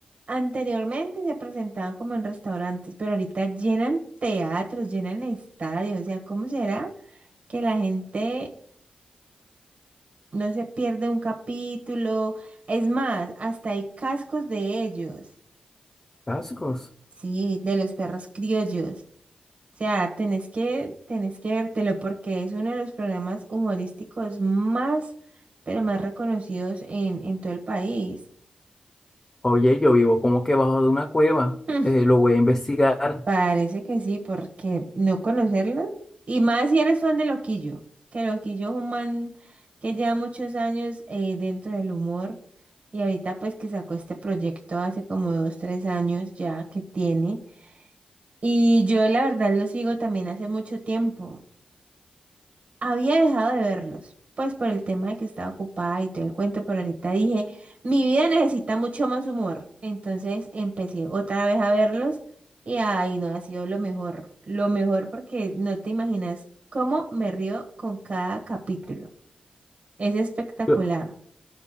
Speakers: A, on the right (about 55°); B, on the left (about 25°).
A: anteriormente se presentaban como en restaurantes, pero ahorita llenan teatros, llenan estadios, o sea, ¿cómo será que la gente no se pierde un capítulo? Es más, hasta hay cascos de ellos,
B: Cascos.
A: sí, de los perros criollos. O sea, tenés que, tenés que vértelo porque es uno de los programas humorísticos más, pero más reconocidos en, en todo el país.
B: Oye, yo vivo como que bajo de una cueva.
A: <laughs>
B: Eh, lo voy a investigar.
A: Parece que sí, porque no conocerlo. Y más si eres fan de Loquillo, que Loquillo es un man que lleva muchos años eh, dentro del humor y ahorita pues que sacó este proyecto hace como dos, tres años ya que tiene. Y yo la verdad lo sigo también hace mucho tiempo. Había dejado de verlos, pues por el tema de que estaba ocupada y todo el cuento, pero ahorita dije, mi vida necesita mucho más humor. Entonces empecé otra vez a verlos y ay, no, ha sido lo mejor, lo mejor porque no te imaginas cómo me río con cada capítulo. Es espectacular.
B: Yo,